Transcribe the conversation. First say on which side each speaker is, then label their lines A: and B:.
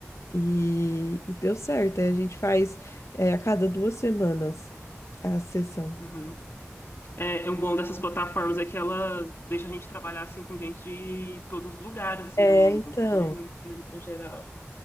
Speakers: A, on the left; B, on the left.
A: E, e deu certo. Aí a gente faz é, a cada duas semanas a sessão.
B: Uhum. É, é um bom dessas plataformas é que elas deixam a gente trabalhar assim com gente de todos os lugares assim
A: É,
B: do mundo,
A: então,
B: né, no, no- no geral.